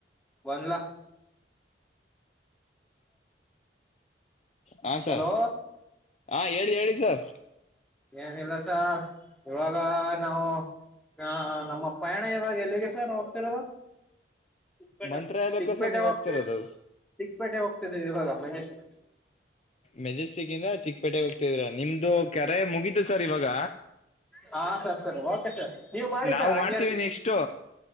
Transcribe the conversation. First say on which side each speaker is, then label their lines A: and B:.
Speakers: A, in the centre; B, on the left (about 40°).
A: ಒನ್ ಲಾಖ
B: ಹಾ ಸರ್
A: ಹಲೋ
B: ಹಾ ಹೇಳಿ ಹೇಳಿ ಸರ್
A: ಏನಿಲ್ಲ ಸರ್ ಇವಾಗ ನಾವು ಹಾ ನಮ್ಮ ಪಯಣ ಇವಾಗ ಎಲ್ಲಿಗೆ ಸರ್ ಹೋಗ್ತಿರುವ ಚಿಕ್ಕಪೇಟೆ
B: ಮಂತ್ರಾಲಯಕ್ಕೆ
A: ಚಿಕ್ಕಪೇಟೆ
B: ಸರ್ ನೀವ್
A: ಹೋಗ್ತದ್ವಿ
B: ಹೋಗ್ತಿರೋದು
A: ಚಿಕ್ಕಪೇಟೆ ಹೋಗ್ತಿದ್ದವಿ ಇವಾಗ ಮ ಚಿಕ್ಕ
B: ಮೆಜೆಸ್ಟಿಕ್ ಇಂದ ಚಿಕ್ಕಪೇಟೆಗೆ ಹೋಗ್ತಿದ್ರ ನಿಮ್ದು ಕರೆ ಮುಗಿತು ಸರ್ ಇವಾಗ
A: ಹಾ ಸರ್ ಸರ್ ಓಕೆ ಸರ್ ನೀವ್ ಮಾಡಿ
B: ನಾವು
A: ಸರ್ ಹಂಗರ್ತೀವಿ
B: ಮಾಡ್ತೀವಿ ನೆಕ್ಸ್ಟು